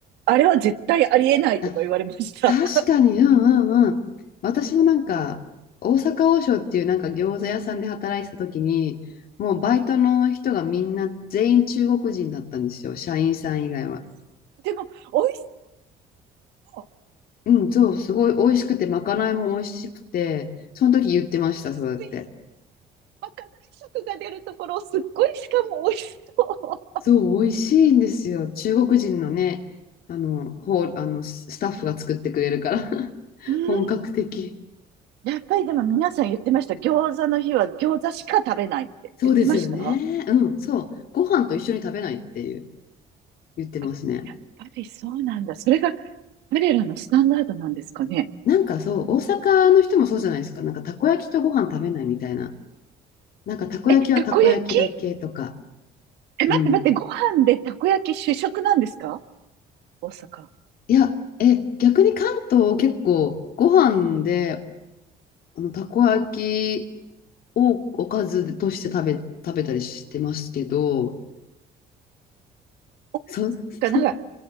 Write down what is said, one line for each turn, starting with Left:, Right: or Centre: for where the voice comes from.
Right: あれは絶対ありえないとか言われました。
Left: あ、確かに、うんうんうん。私もなんか、大阪王将っていうなんか餃子屋さんで働いてた時に、もうバイトの人がみんな全員中国人だったんですよ、社員さん以外は。
Right: <laughs> でも、美味しそう。
Left: うん、そう、すごい美味しくて、まかないも美味しくて、その時言ってました、
Right: すごい、
Left: そうやって。
Right: まかない色が出るところ、すっごいしかも美味しそ
Left: そう、美味しいんですよ。中国人のね、あの、ほう、あの、ススタッフが作ってくれるから、<laughs>
Right: う。うん。
Left: 本格的。
Right: やっぱりでも皆さん言ってました。餃子の日は餃子しか食べないって言ってました
Left: そうですよね。うん、そう。ご飯と一緒に食べないっていう、言ってますね。
Right: あやっぱりそうなんだ。それが彼らのスタンダードなんですかね。
Left: なんかそう、大阪の人もそうじゃないですか。なんかたこ焼きとご飯食べないみたいな。なんかたこ焼きはたこ焼きだけとか。
Right: え、たこ焼きえ、待って待って、
Left: うん。
Right: ご飯でたこ焼き主食なんですか大阪。
Left: いや、え、逆に関東結構ご飯であの、たこ焼きをおかずとして食べ、食べたりしてますけど、
Right: お、て
Left: そ、
Right: か、
Left: そ、
Right: なんか、
Left: う